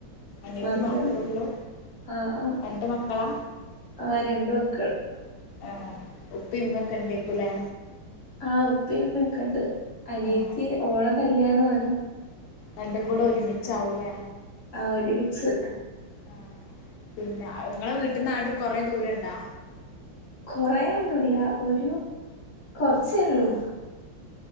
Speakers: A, on the left; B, on the left.
A: അനിയത്തി
B: മാത്രേ
A: മാത്ര
B: ഉള്ളൂ
A: ഉള്ളു
B: ആഹ് ആഹ്
A: രണ്ട് മക്കളാ
B: ആഹ് രണ്ട് മക്കൾ
A: ആഹ് ഉപ്പിമ്മൊക്കെ ഉണ്ടേക്കുലേ
B: ആഹ് ഉപ്പേമ്മേക്കെണ്ട് അനിയത്തി
A: ആഹ്
B: ഓള കല്യാണാണ്
A: രണ്ടും കൂടെ ഒരുമിചാവൂലേ
B: ആഹ് ഒരുമിച്ച്
A: ആഹ് പിന്നെ നിങ്ങളെ വീട്ടിന്നാട് കൊറെ ദൂരംണ്ടാ
B: കൊറയൊന്നുല്ല ഒരു കൊറച്ചേള്ളൂ